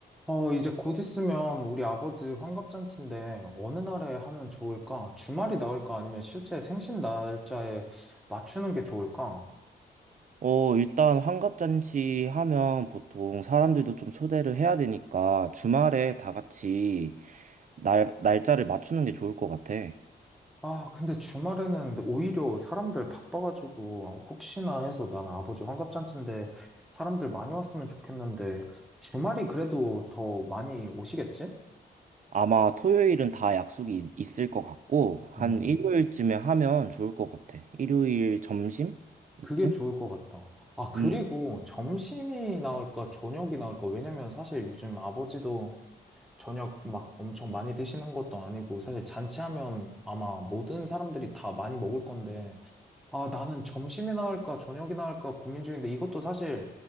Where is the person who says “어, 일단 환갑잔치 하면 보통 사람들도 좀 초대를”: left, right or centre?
Right